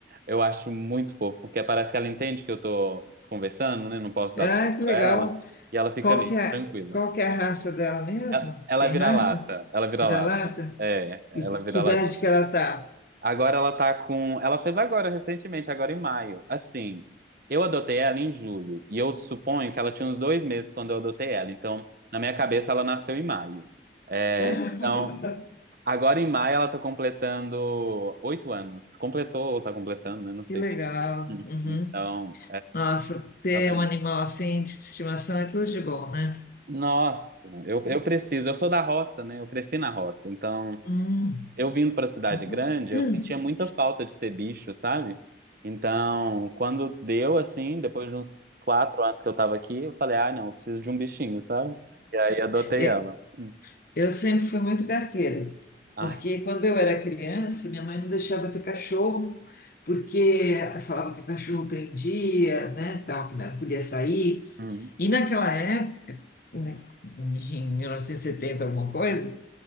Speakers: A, on the right; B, on the left.
A: Eu acho muito fofo, porque parece que ela entende que eu tô conversando, né? Não posso dar
B: Ah,
A: tempo
B: que legal.
A: pra ela. E ela fica
B: Qual
A: ali,
B: que é,
A: tranquila.
B: qual que é a raça dela mesmo?
A: Ela ela
B: Tem
A: vira
B: raça?
A: lata, ela vira
B: Vira-lata?
A: lata. É, ela
B: E
A: vira
B: que idade
A: latinha.
B: que ela tá?
A: Agora ela tá com. Ela fez agora, recentemente, agora em maio. Assim, eu adotei ela em julho. E eu suponho que ela tinha uns dois meses quando eu adotei ela. Então, na minha cabeça, ela nasceu em maio. É,
B: <laughs>
A: então, agora em maio ela tá completando oito anos. Completou ou tá completando, né? Não sei
B: Que legal.
A: o que. Hum.
B: Uhum.
A: Então.
B: Nossa, ter
A: Tá vendo?
B: um animal assim de estimação é tudo de bom, né?
A: Nossa, eu, eu preciso. Eu sou da roça, né? Eu cresci na roça. Então,
B: Hum.
A: eu vindo pra cidade
B: <clears throat>
A: grande, eu sentia muita falta de ter bicho, sabe? Então, quando deu assim, depois de uns quatro anos que eu tava aqui, eu falei, ah, não, eu preciso de um bichinho, sabe? E aí adotei
B: E-
A: ela. Hum.
B: Eu sempre fui muito carteira,
A: Ai.
B: porque quando eu era criança, minha mãe não deixava eu ter cachorro, porque falava que o cachorro prendia, né, tal, que não podia sair.
A: Hum.
B: E naquela época, né, em 1970, alguma coisa,